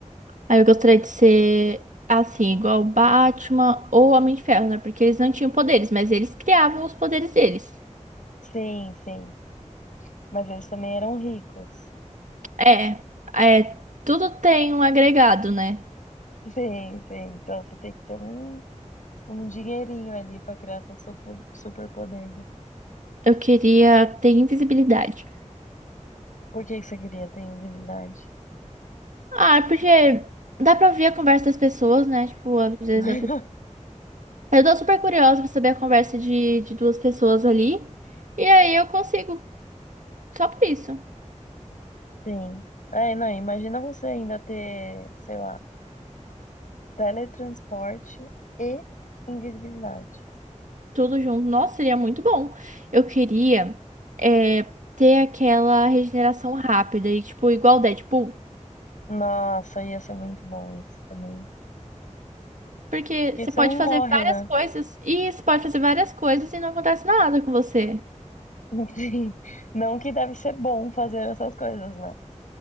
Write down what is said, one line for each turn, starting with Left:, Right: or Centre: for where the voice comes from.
Right: Aí eu gostaria de ser assim, igual o Batman ou o Homem de Ferro, né? Porque eles não tinham poderes, mas eles criavam os poderes deles.
Left: Sim, sim. Mas eles também eram ricos.
Right: É, é, tudo tem um agregado, né?
Left: <laughs> Sim, sim. Então você tem que ter um Um dinheirinho ali pra criar seu super, superpoder, né?
Right: Eu queria ter invisibilidade.
Left: Por que que você queria ter invisibilidade?
Right: Ah, porque dá pra ouvir a conversa das pessoas, né? Tipo, às vezes
Left: <laughs>
Right: a... pe- eu tô super curiosa pra saber a conversa de, de duas pessoas ali. E aí eu consigo, só por isso.
Left: Sim. É, não, imagina você ainda ter, sei lá, teletransporte e invisibilidade.
Right: Tudo junto. Nossa, seria muito bom. Eu queria é, ter aquela regeneração rápida e, tipo, igual o Deadpool.
Left: Nossa, ia ser muito bom isso também.
Right: Porque
Left: Porque
Right: você
Left: você
Right: pode
Left: não
Right: fazer
Left: morre,
Right: várias
Left: né?
Right: coisas. E você pode fazer várias coisas e não acontece nada com você.
Left: <laughs> Sim. Não que deve ser bom fazer essas coisas, né?